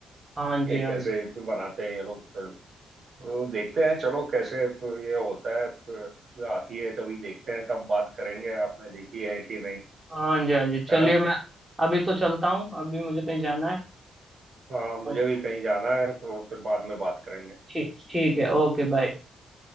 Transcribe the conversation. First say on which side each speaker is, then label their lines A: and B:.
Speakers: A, on the right; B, on the right.
A: हाँ जी
B: ये
A: हाँ
B: कैसे
A: जी
B: बनाते हैं ये लोग फिल्म वो देखते हैं चलो कैसे ये होता है आती है तभी देखते हैं तब बात करेंगे आपने देखी है कि नहीं
A: हाँ जी हाँ जी चलिए
B: है ना
A: मैं अभी तो चलता हूँ अभी मुझे कहीं जाना है
B: हाँ मुझे
A: तो
B: भी कहीं जाना है तो फिर बाद में बात करेंगे
A: ठीक ठीक है ओके बाय